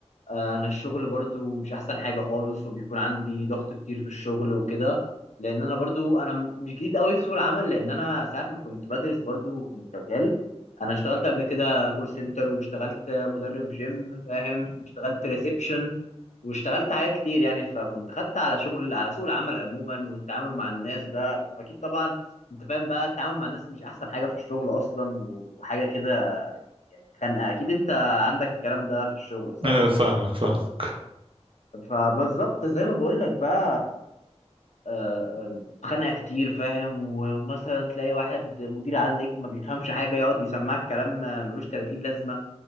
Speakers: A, on the left; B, on the right.
A: آه، انا الشغل برضو مش احسن حاجه خالص وبيكون عندي ضغط كتير في الشغل وكده لان انا برضو انا م- مش جديد قوي في سوق العمل لان انا ساعات ما كنت بدرس برضو كنت شغال انا اشتغلت قبل كده كول سنتر واشتغلت مدرب جيم فاهم واشتغلت ريسبشن واشتغلت حاجات كتير يعني فكنت خدت على شغل على سوق العمل عموما والتعامل مع الناس ده اكيد طبعا انت فاهم بقى التعامل مع الناس مش احسن حاجة في الشغل اصلا وحاجة كده يعني خانقة اكيد انت عندك الكلام ده في الشغل صح
B: آه، فاهمك فاهمك
A: فبالظبط زي ما بقول لك بقى آه، آه، خانقة كتير فاهم ومثلا تلاقي واحد مدير عندك ما بيفهمش حاجة يقعد يسمعك كلام آه، ملوش 30 لازمة